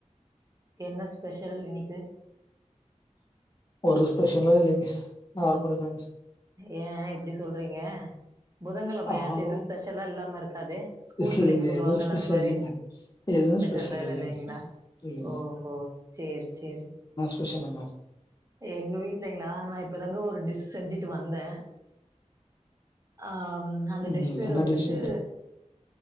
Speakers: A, on the right; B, on the left.
A: என்ன ஸ்பெஷல் இன்னிக்கு
B: ஒரு ஸ்பெஷலு இல்லைங்க நார்மல் தாங்க
A: ஏ இப்டி சொல்றீங்க புதங்கிழமையாச்சு
B: ஆமா
A: எது ஸ்பெஷல்லா இல்லாம இரு அதே ஸ்கூல்
B: இல்லைங்க
A: பிள்ளைங்க சொல்லுவாங்க
B: எதுவு ஸ்பெஷல்
A: அந்த மாரி
B: இல்ல எதுவு
A: ஸ்பெஷல்லா
B: ஸ்பெஷல்
A: எது
B: இல்லைங்க
A: இல்லைங்களா
B: இல்லைங்க
A: ஓஹோ சேர் சேர்
B: ப்ப சொல்லுங்க
A: எங்க வீட்லைங்களா நா இப்பதாங்க ஒரு டிஷ் செஞ்சுட்டு வந்தே ஆம் அந்த
B: ம்
A: டிஷ் பேர்
B: என்ன
A: வந்துட்டு
B: டிஷ்